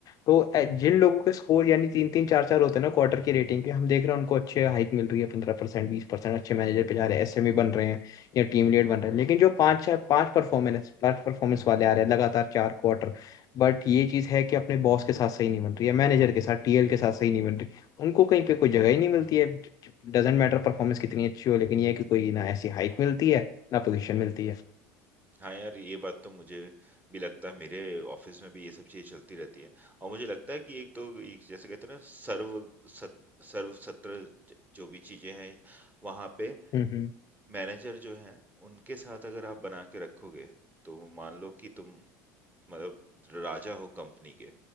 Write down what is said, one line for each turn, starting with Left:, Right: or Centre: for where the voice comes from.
Left: तो ए- जिन लोगों के स्कोर यानी तीन तीन चार चार होते हैं ना क्वार्टर की रेटिंग के हम देख रहे हैं उनको अच्छे हाइक मिल रही है पंद्रह परसेंट बीस परसेंट अच्छे मैनेजर पे जा रहे हैं एसएमई बन रहे हैं या टीम लीड बन रहे हैं लेकिन जो पांच चार पांच परफॉर्मेंस पांच परफॉर्मेंस वाले आ रहे हैं लगातार चार क्वार्टर बट ये चीज है कि अपने बॉस के साथ सही नहीं बन रही है मैनेजर के साथ टीएल के साथ सही नहीं बन रही उनको कहीं पे कोई जगह ही नहीं मिलती है डजेंट मैटर परफॉर्मेंस कितनी अच्छी हो लेकिन ये है कि कोई ना ऐसी हाइक मिलती है ना पोजीशन मिलती है
Right: हाँ यार, ये बात तो मुझे भी लगता है मेरे ऑफिस में भी ये सब चीज़ें चलती रहती है। और मुझे लगता है कि एक तो ये जैसे कहते हैं ना सर्व सत सर्व सत्र ज जो भी चीज़ें हैं, वहाँ पे
Left: हम्म हम्म
Right: मैनेजर जो हैं, उनके साथ अगर आप बना के रखोगे, तो मान लो कि तुम मतलब राजा हो कंपनी के